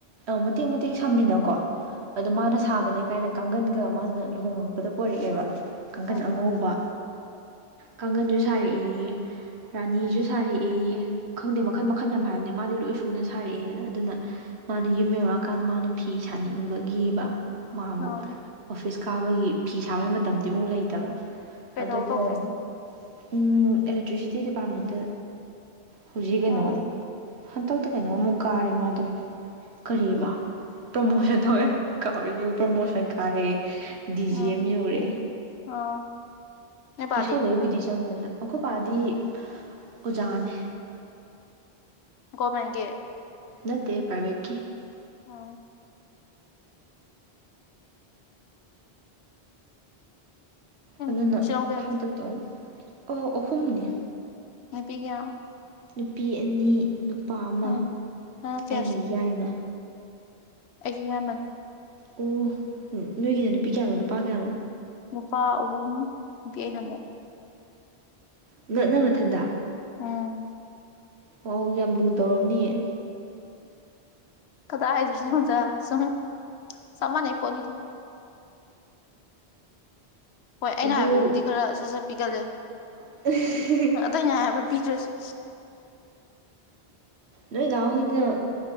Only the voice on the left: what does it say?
ꯎꯝ
ꯎꯝ
ꯎꯝ
ꯀꯩꯊꯧ
ꯇꯧꯒꯦ
ꯎꯝ
ꯎꯝ
ꯑꯥ꯫ ꯅꯣꯏ ꯕꯥꯗꯤ
ꯒꯣꯃꯦꯟꯒꯤ꯫
ꯑ꯫ ꯎꯝ
ꯅꯆꯤꯟꯅꯥꯎ ꯀꯌꯥꯅꯣ
ꯍꯦꯄꯤꯒ <unintelligible>
ꯎꯝ ꯅꯪꯅ ꯀꯌꯥ
ꯁꯨꯕ
ꯑꯩꯁꯨ ꯌꯥꯏꯃꯅꯦ꯫
ꯅꯨꯄꯥ ꯑꯍꯨꯝ ꯅꯨꯄꯤ ꯑꯩꯅꯃꯨꯛ꯫
ꯎꯝ꯫
ꯀꯗ ꯗꯩꯅꯣꯗ ꯁꯨꯝ ꯆꯥꯞ ꯃꯥꯟꯅꯩꯏꯄꯣꯅꯤꯗ꯫ ꯍꯣꯏ ꯑꯩꯅ
ꯍꯥꯏꯕꯕꯨꯗꯤ ꯈꯔ ꯁꯠ ꯁꯠꯄꯤꯒꯜꯂꯦ꯫
ꯑꯇꯩꯩꯅ ꯍꯥꯏꯕ ꯄꯤꯗ꯭ꯔꯁꯨ꯫